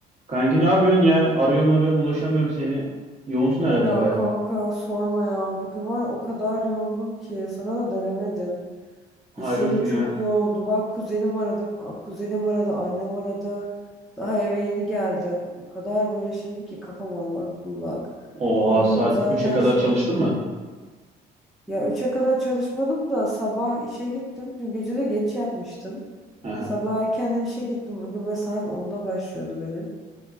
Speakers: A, on the right; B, in the centre.
A: Kanki ne yapıyorsun ya? Arıyorum arıyorum ulaşamıyorum seni. Yoğunsun herhalde
B: Ya
A: baya.
B: kanka sorma ya. Bugün var ya o kadar yoğundum ki sana da dönemedim.
A: Hayrolsun
B: İş yeri çok
A: ya.
B: yoğundu. Bak kuzenim aradı, kuzenim aradı, annem aradı. Daha eve yeni geldim. O kadar böyle şeyim ki kafam allak bullak.
A: Oha
B: Bugün
A: saat
B: zaten
A: üçe kadar
B: şey
A: çalıştın mı?
B: ya üçe kadar çalışmadım da sabah işe gittim. Dün gece de geç yatmıştım.
A: Aha.
B: Sabah erkenden işe gittim. Bugün mesaim onda başlıyordu benim.